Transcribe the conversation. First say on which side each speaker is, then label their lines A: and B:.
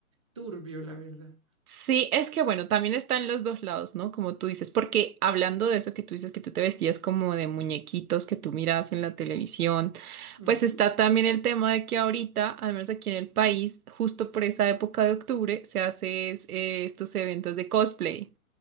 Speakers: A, on the right (about 20°); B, on the right (about 85°).
A: turbio, la verdad.
B: Sí, es que bueno, también están los dos lados, ¿no? Como tú dices, porque hablando de eso que tú dices que tú te vestías como de muñequitos que tú mirabas en la televisión, pues
A: Ujú.
B: está también el tema de que ahorita, al menos aquí en el país, justo por esa época de octubre, se hacen estos eventos de cosplay.